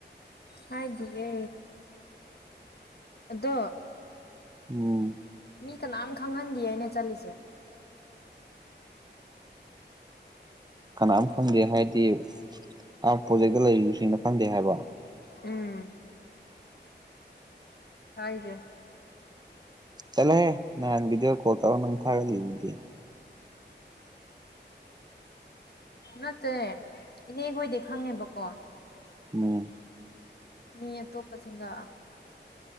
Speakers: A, on the left; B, on the right.
A: ꯍꯥꯏꯗꯤꯌꯦ ꯑꯗꯣ
B: ꯎꯝ
A: ꯃꯤ ꯀꯅꯥꯝ ꯈꯪꯍꯟꯗꯤꯌꯦ ꯑꯩꯅ ꯆꯠꯂꯤꯁꯦ
B: ꯀꯅꯥꯝ ꯈꯪꯗꯦ ꯍꯥꯏꯗꯤ ꯑꯥ ꯄ꯭ꯔꯣꯖꯦꯛꯇ ꯂꯩꯔꯤꯕꯁꯤꯡꯅ ꯈꯪꯗꯦ ꯍꯥꯏꯕ
A: ꯎꯝ ꯍꯥꯏꯖꯦ
B: ꯆꯂꯦꯍꯦ ꯅꯍꯥꯟ ꯚꯤꯗ꯭ꯌꯣ ꯀꯣꯜ ꯇꯧꯔ ꯅꯪ ꯊꯥꯒꯠꯂꯤꯗꯨꯗꯤ
A: ꯅꯠꯇꯦ ꯏꯅꯦ ꯈꯣꯏꯗꯤ ꯈꯪꯉꯦꯕꯀꯣ
B: ꯎꯝ
A: ꯃꯤ ꯑꯇꯣꯞꯄ ꯁꯤꯡꯒꯥ